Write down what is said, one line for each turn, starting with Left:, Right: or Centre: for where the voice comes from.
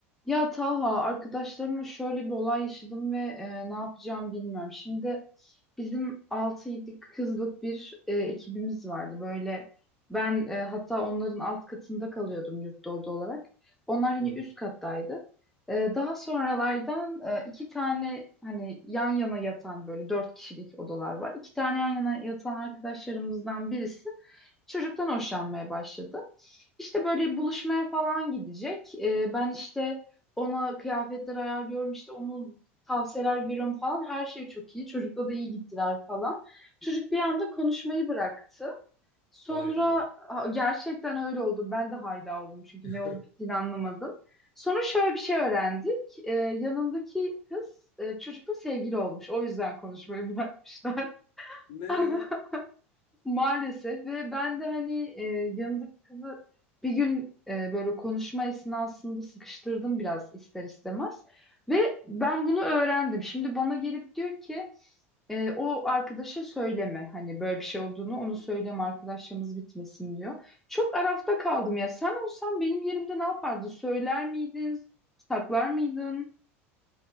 Centre: Ya Talha, arkadaşlarımla şöyle bir olay yaşadım ve e, ne yapacağımı bilmiyorum. Şimdi bizim altı 7 kızlık bir e, ekibimiz vardı. Böyle ben e, hatta onların alt katında kalıyordum yurtta oda olarak. Onlar hani
Left: Hı hı.
Centre: üst kattaydı. E, daha sonralardan e, iki tane hani yan yana yatan böyle dört kişilik odalar var. İki tane yan yana yatan arkadaşlarımızdan birisi çocuktan hoşlanmaya başladı. İşte böyle buluşmaya falan gidecek. E, ben işte ona kıyafetler ayarlıyorum işte onun tavsiyeler veriyorum falan. Her şey çok iyi. Çocukla da iyi gittiler falan. Çocuk bir anda konuşmayı bıraktı. Sonra
Left: Hayda.
Centre: ha, gerçekten öyle oldu. Ben de hayda oldum çünkü
Left: <laughs>
Centre: ne olup bittiğini anlamadım. Sonra şöyle bir şey öğrendik. Ee, yanındaki kız e, çocukla sevgili olmuş. O yüzden konuşmayı bırakmışlar.
Left: Ne?
Centre: <laughs> Maalesef ve ben de hani e, yanındaki kızı bir gün e, böyle konuşma esnasında sıkıştırdım biraz ister istemez. Ve ben bunu öğrendim. Şimdi bana gelip diyor ki e, o arkadaşa söyleme hani böyle bir şey olduğunu onu söyleme arkadaşlarımız bitmesin diyor. Çok arafta kaldım ya sen olsan benim yerimde ne yapardın? Söyler miydin? Saklar mıydın?